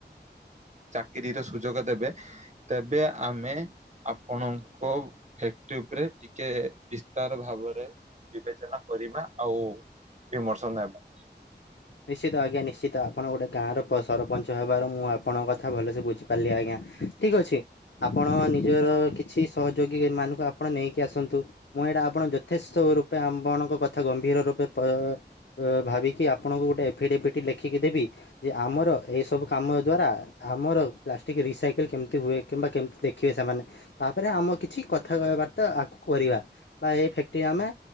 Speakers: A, on the right; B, on the left.
A: ଚାକିରିର ସୁଯୋଗ ଦେବେ। ତେବେ ଆମେ ଆପଣଙ୍କ ତି ଉପରେ ଟିକେ ବିସ୍ତାର ଭାବରେ ବିବେଚନା କରିବା ଆଉ ବିମର୍ଶନ ହେବା।
B: ନିଶ୍ଚିତ ଆଜ୍ଞା ନିଶ୍ଚିତ ଆପଣ ଗୋଟେ ଗାଁର ପ ସରପଞ୍ଚ ହେବାରୁ ମୁଁ ଆପଣଙ୍କ କଥା ଭଲସେ ବୁଝିପାରିଲି ଆଜ୍ଞା। ଠିକ୍ ଅଛି ଆପଣ ନିଜର କିଛି ସହଯୋଗୀ ମାନଙ୍କୁ ଆପଣ ନେଇକି ଆସନ୍ତୁ। ମୁଁ ଏଇଟା ଆପଣ ଯଥେଷ୍ଟ ରୂପେ ଆପଣଙ୍କ କଥା ଗମ୍ଭୀର ରୂପେ ପ ଅ ଭାବିକି ଆପ ଆପଣଙ୍କୁ ଗୋଟେ ଏଫି ଟି ଭିଟି ଲେଖିକି ଦେବି ଯେ ଆମର ଏ ସବୁ କାମ ଦ୍ଵାରା ଆମର ପ୍ଲାଷ୍ଟିକ ରିସାଇକେଲ କେମିତି ହୁଏ କିମ୍ବା କେମିତି ଦେଖ ଖିବେ ସେମାନେ ତାପରେ ଆମ କିଛି କଥାବାର୍ତ୍ତା ଆଗକୁ କରିବା ବା ଏଇ ଫ୍ୟାକ୍ଟ୍ରି ଆମେ